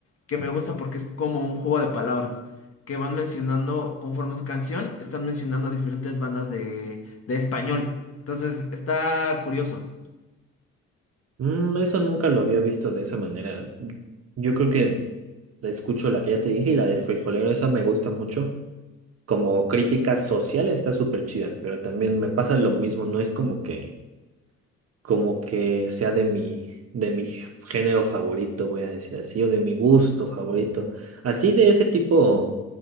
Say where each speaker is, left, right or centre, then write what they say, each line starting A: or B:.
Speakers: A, on the left (about 50°); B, on the right (about 55°).
A: que me gusta porque es como un juego de palabras, que van mencionando, conforme su canción, están mencionando diferentes bandas de, de español. Entonces, está curioso,
B: Mm, eso nunca lo había visto de esa manera. Yo creo que la escucho la que ya te dije y la de frijolero, esa me gusta mucho. Como crítica social está súper chida, pero también me pasa lo mismo, no es como que, como que sea de mi, de mi género favorito, voy a decir así, o de mi gusto favorito. Así de ese tipo,